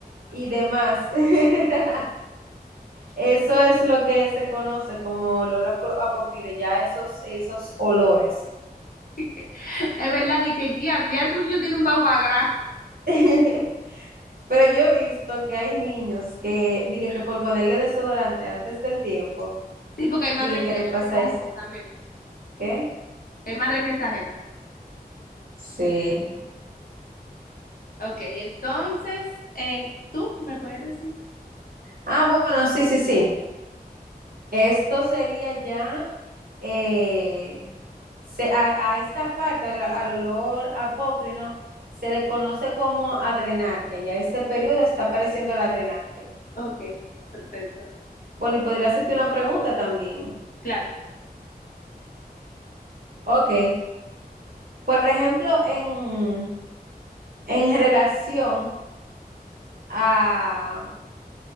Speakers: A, on the right; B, on the left.
A: y demás. <laughs> Eso es lo que se conoce como olor a pro- a ya esos, esos olores.
B: <laughs> Es verdad, y que tía, ya este muchacho tiene un baguagrá. <laughs>
A: <laughs> Pero yo he visto que hay niños que, dije que por ponerle desodorante antes del tiempo,
B: Sí, porque hay madres
A: dije
B: que
A: que le pasa
B: exageran
A: eso.
B: también.
A: ¿Qué?
B: Hay madres que exageran.
A: Sí.
B: Ok, entonces, eh, ¿tú me puedes decir?
A: Ah, bueno, sí, sí, sí. Esto sería ya eh, se- a, a esta parte, al, al olor apócrino, ¿no? se le conoce como adrenarquia. Ya este periodo está apareciendo la adrenarquia.
B: Ok, perfecto.
A: Bueno, y podría hacerte una pregunta también.
B: Claro.
A: Ok, por ejemplo, en, en relación a